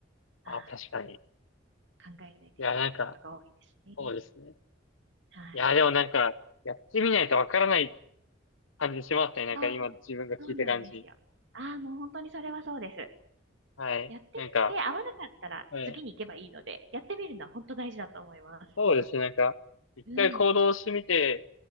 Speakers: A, on the right; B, on the left.
A: はい。
B: ああ、確かに。い
A: 考えないといけないことが多いですね。
B: や、なんか、そうですね。
A: はい。
B: いや、でもなんか、やってみないとわからない感じしますね。なんか今自分が聞いた感じ。
A: そう、そうなんですよ。ああ、もう本当にそれはそうです。
B: はい。
A: やってみて、
B: なんか、
A: 合わなかったら次に行けばいいので、
B: はい。
A: やってみるのは本当大事だと思います。
B: そうですね。なんか、一回行動してみて、
A: うん。